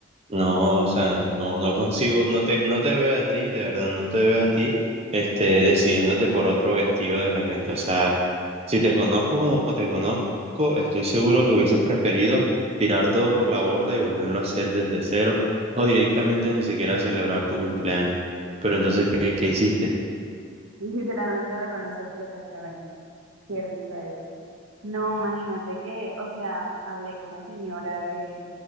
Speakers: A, on the right (about 30°); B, on the right (about 80°).
A: no, o sea, no, no consigo, no te, no te veo a ti, de verdad, no te veo a ti, este, decidiéndote por otro vestido de repente, o sea, si te conozco como te conozco, estoy seguro que hubieses preferido tirar todo por la borda y volverlo a hacer desde cero o directamente ni siquiera celebrar tu cumpleaños. Pero entonces, ¿qué, qué hiciste?
B: Literalmente me conoces perfectamente. Qué risa eso. No, imagínate que, o sea, hablé con la señora de